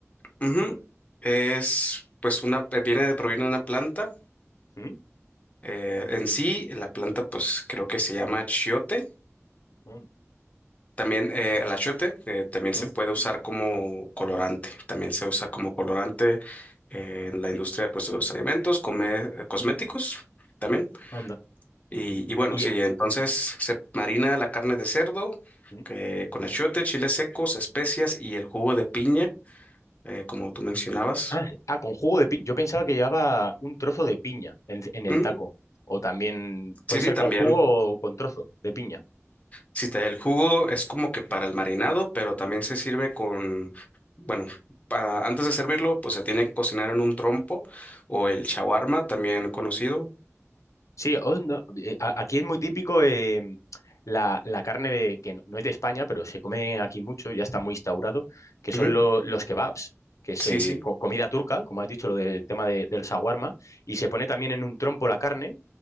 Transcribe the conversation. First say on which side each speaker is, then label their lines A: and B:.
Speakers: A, on the left; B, on the left.
A: Ujú. Es, pues, una, eh, viene de, proviene de una planta.
B: ¿Mm?
A: eh, en sí, la planta, pues, creo que se llama chiote.
B: Onda.
A: También, eh, el achiote, eh, también
B: ¿Mm?
A: se puede usar como colorante. También se usa como colorante eh, en la industria, pues, de los alimentos, come- eh, cosméticos
B: ¿Mm?
A: también.
B: Onda.
A: Y, y bueno,
B: Y,
A: sí, entonces se marina la carne de cerdo
B: ¿Mm?
A: que, con achiote, chiles secos, especias y el jugo de piña, eh, como tú mencionabas.
B: ah, ah, con jugo de piña. Yo pensaba que llevaba un trozo de piña en, en el
A: Ujú.
B: taco. O también puede
A: Sí,
B: ser
A: sí, también.
B: con jugo o con trozo de piña.
A: Si te da el jugo, es como que para el marinado, pero también se sirve con, bueno, para, antes de servirlo, pues se tiene que cocinar en un trompo o el shawarma, también conocido.
B: Sí, oh, no, eh, a- aquí es muy típico eh, la, la carne de, que no no es de España, pero se come aquí mucho, ya está muy instaurado, que son
A: Ujú.
B: lo- los kebabs, que es
A: Sí,
B: eh,
A: sí,
B: co- comida turca, como has dicho, lo del tema de- del shawarma, y se pone también en un trompo la carne